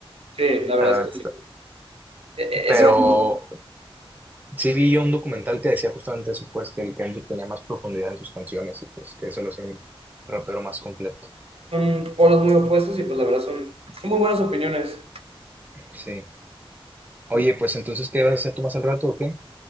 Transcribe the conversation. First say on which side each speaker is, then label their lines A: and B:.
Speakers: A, on the right; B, on the right.
A: Sí, la
B: O
A: verdad
B: sea, la
A: es
B: neta
A: que
B: está-
A: eh, eh,
B: Pero
A: eso son,
B: sí vi yo un documental que decía justamente eso, pues que el Kendrick tenía más profundidad en sus canciones y pues que eso lo hacía un rapero más completo.
A: son polos muy opuestos y pues la verdad son, son muy buenas opiniones.
B: Sí. Oye, pues entonces, ¿qué vas a hacer tú más al rato o qué?